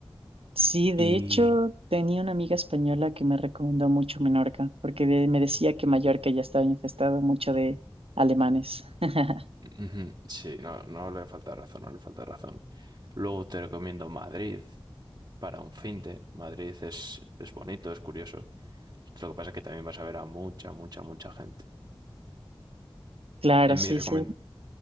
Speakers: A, on the right (about 85°); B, on the right (about 40°).
A: Sí, de
B: Y
A: hecho tenía una amiga española que me recomendó mucho Menorca, porque de- me decía que Mallorca ya estaba infestado mucho de alemanes. <laughs>
B: ujú, sí, no, no le falta razón, no le falta razón. Luego te recomiendo Madrid para un fin de Madrid es, es bonito, es curioso. Lo que pasa es que también vas a ver a mucha, mucha, mucha gente.
A: Claro,
B: En
A: sí,
B: mi recomendación,
A: sí,